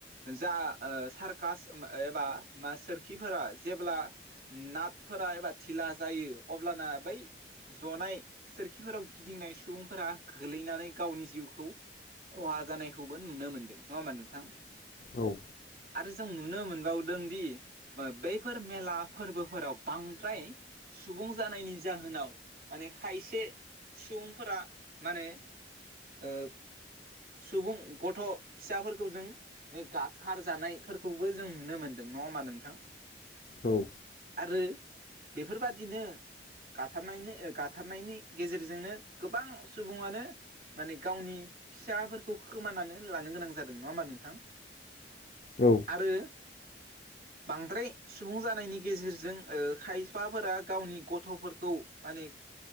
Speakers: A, on the right; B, on the left.
A: जा ओ सारकास ओम एबा मा सोरखिफोरा जेब्ला नाथफोरा एबा धिला जायो अब्लाना बै ज'नाय सोरखिफोराव गिदिंनाय सुबुंफोरा गोलैनानै गावनि जिउखौ ख'हा जानायखौबो नुनो मोनदों नङा होमबा नोंथां?
B: औ
A: आरो जों नुनो मोनबावदों दि ओ बैफोर मेला फोरबोफोराव बांद्राय सुबुं जानायनि जाहोनाव माने खायसे सुबुंफोरा माने ओ सुबुं गथ' फिसाफोरखौ जों बे गाबथार जानायफोरखौबो जों नुनो मोनदों नङा होमा नोंथां?
B: औ
A: आरो बेफोरबादिनो गाथारनायनो ओ गाथारनायनि गेजेरजोंनो गोबां सुबुङानो माने गावनि फिसाफोरखौ खोमानानै लानो गोनां जादों नङा होमबा नोंथां?
B: औ
A: आरो बांद्राय सुबुं जानायनि गेजेरजों ओ खायफाफोरा गावनि गथ'फोरखौ माने